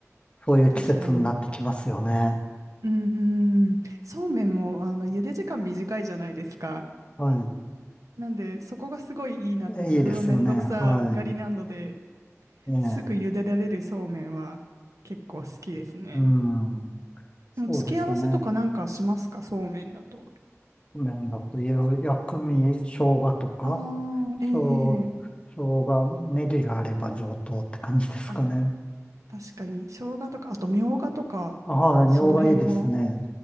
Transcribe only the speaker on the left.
そういう季節になってきますよね。
はい。
えいいですよね。はい。ええ、
うん。そうですよね。
麺だと、いや、薬味、生姜とか、
生、生姜、ネギがあれば上等って感じですかね。
あはい、みょうがいいですね。